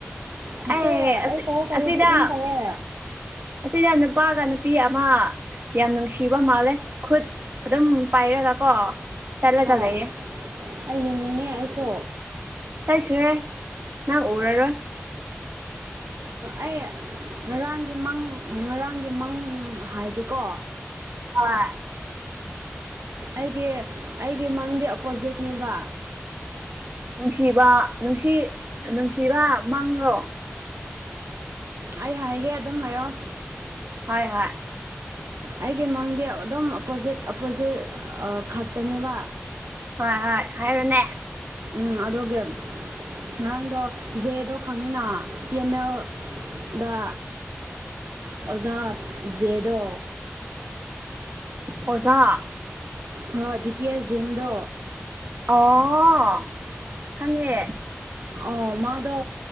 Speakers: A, on the right (about 90°); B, on the right (about 55°).
A: ꯅꯠꯇꯦ
B: ꯑꯦ ꯑꯁꯤ
A: ꯑꯩ ꯀꯣꯜ ꯇꯧꯔꯗꯤ
B: ꯑꯁꯤꯗ
A: ꯑꯗꯨꯝ ꯇꯧꯋꯦ
B: ꯑꯁꯤꯗ ꯅꯨꯄꯥꯒ ꯅꯨꯄꯤ ꯑꯃ ꯌꯥꯝ ꯅꯨꯡꯁꯤꯕ ꯃꯥꯜꯂꯦ ꯈꯨꯠ ꯑꯗꯨꯝ ꯄꯥꯏꯔꯒ ꯀꯣ ꯆꯂꯒꯂꯩꯌꯦ
A: ꯍꯣꯏ ꯑꯩ ꯌꯦꯡꯅꯤꯡꯉꯦ ꯑꯩꯁꯨ
B: ꯆꯠꯈ꯭ꯔꯦ ꯅꯪ ꯎꯔꯔꯣꯏ
A: ꯑꯩ ꯉꯔꯥꯡꯒꯤ ꯃꯪ ꯉꯔꯥꯡꯒꯤ ꯃꯪ ꯍꯥꯏꯒꯦꯀꯣ
B: ꯍꯣꯏ
A: ꯑꯩꯒꯤ ꯑꯩꯒꯤ ꯃꯪꯗꯤ ꯑꯣꯄꯣꯖꯤꯠꯅꯦꯕ
B: ꯅꯨꯡꯁꯤꯕ ꯅꯨꯡꯁꯤ ꯅꯨꯡꯁꯤꯕ ꯃꯥꯡꯉ꯭ꯔꯣ
A: ꯑꯩ ꯍꯥꯏꯒꯦ ꯑꯗꯨꯝ ꯂꯩꫪꫭ
B: ꯍꯣꯏ ꯍꯣꯏ
A: ꯑꯩꯒꯤ ꯃꯪꯗꯤ ꯑꯗꯨꯝ ꯑꯣꯄꯣꯖꯤꯠ ꯑꯣꯞꯄꯣꯖꯤꯠ ꯈꯛꯇꯅꯦꯕ
B: ꯍꯣꯏ ꯍꯣꯏ ꯍꯥꯏꯔꯣꯅꯦ
A: ꯎꯝ ꯑꯗꯨꯒꯤ ꯉꯔꯥꯡꯗꯣ ꯖꯦꯗꯣ ꯈꯪꯉꯤꯅ ꯇꯤ ꯑꯦꯝ ꯃ‌ꯦꯜꯗ ꯑꯣꯖꯥ ꯖ‌ꯦ ꯗꯣ
B: ꯑꯣꯖꯥ
A: ꯍꯣꯏ ꯕꯤ ꯇꯤ ꯑꯦꯁ ꯖꯤꯟꯗꯣ
B: ꯑꯣ ꯈꫭꯉꯦ
A: ꯑꯣ ꯃꯥꯗꯣ